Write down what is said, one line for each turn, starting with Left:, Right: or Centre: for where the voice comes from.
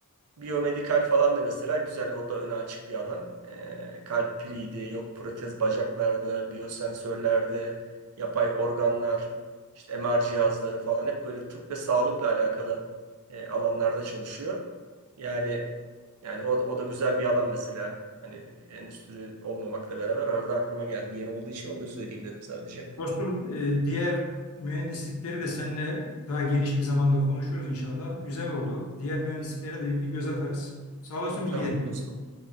Right: Biyomedikal falan da mesela güzel. O da öne açık bir alan. Ee, kalp piliydi, yok protez bacaklarda, biyosensörlerde, yapay organlar, işte MR cihazları falan hep böyle tıp ve sağlıkla alakalı e, alanlarda çalışıyor. Yani yani o, da- o da güzel bir alan mesela. Hani endüstri olmamakla beraber arada aklıma geldi. Yeni olduğu için onu da söyleyeyim dedim sadece.
Left: Dostum e, diğer mühendislikleri de seninle daha geniş bir zamanda konuşuruz inşallah. Güzel oldu. Diğer mühendisliklere de bir göz atarız. Sağ olasın
Right: Tamam
Left: bilgilerin. için.
Right: dostum.